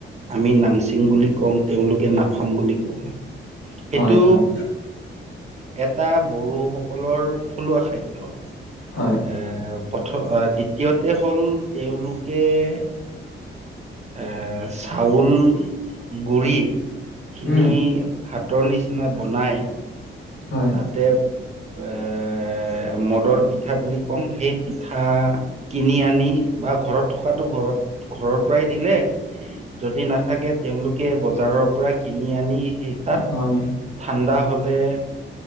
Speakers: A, on the right (about 35°); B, on the left (about 65°).
A: আমি নামচিং বুলি কওঁ। তেওঁলোকে নাফাম বুলি- সেইটো
B: হয়-হয়।
A: এটা বড়োসকলৰ থলুৱা খাদ্য।
B: হয়।
A: এ' প্ৰথম, দ্বিতীয়তে হ'ল তেওঁলোকে- এ' চাউল গুৰি- খিনি
B: উম,
A: ভাতৰ নিচিনা বনাই-
B: হয়,
A: তা'তে এ' মদৰ পিঠা বুলি কমং সেই পিঠা- কিনি আনি বা ঘৰত থকাটো ঘৰত ঘৰৰ পৰাই দিলে- যদি নাথাকে তেওঁলোকে বজাৰৰ পৰা কিনি আনি সেই- তা'ত
B: হয়,
A: ঠাণ্ডা হ'লে-